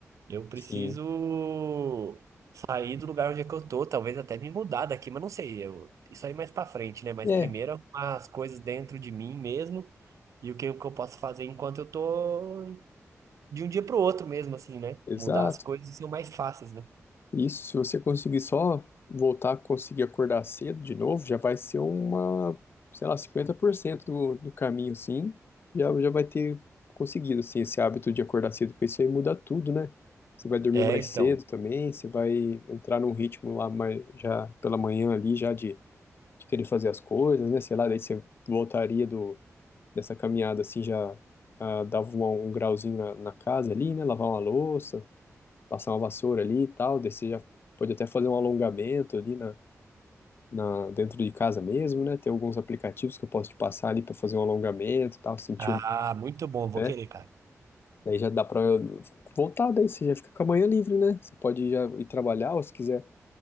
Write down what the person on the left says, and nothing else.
Sim.
É,
exato.
Isso, se você conseguir só voltar a conseguir acordar cedo de novo, já vai ser uma, sei lá, 50% do, do caminho, sim. Já, já vai ter conseguido, assim, esse hábito de acordar cedo, porque isso aí muda tudo, né? Você vai dormir
mais
cedo também, você vai entrar num ritmo lá mais, já pela manhã ali, já de, de querer fazer as coisas, né? Sei lá, daí você voltaria do, dessa caminhada, assim, já ah, dava uma- um grauzinho na, na casa ali, né? Lavar uma louça, passar uma vassoura ali e tal, daí você já pode até fazer um alongamento ali na, na, dentro de casa mesmo, né? Tem alguns aplicativos que eu posso te passar ali para fazer um alongamento e tal, sentir
um,
né?
Daí já dá para voltar, daí você já fica com a manhã livre, né? Você pode já ir trabalhar ou se quiser